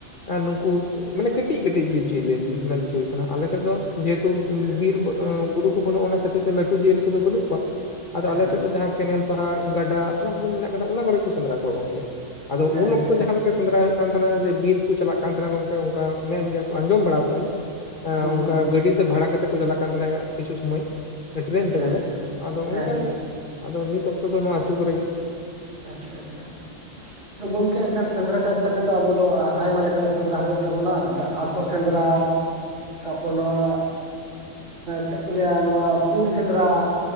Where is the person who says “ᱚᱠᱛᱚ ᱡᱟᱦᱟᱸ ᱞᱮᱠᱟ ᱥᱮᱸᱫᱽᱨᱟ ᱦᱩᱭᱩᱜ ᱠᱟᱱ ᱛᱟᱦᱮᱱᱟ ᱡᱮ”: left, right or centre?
Left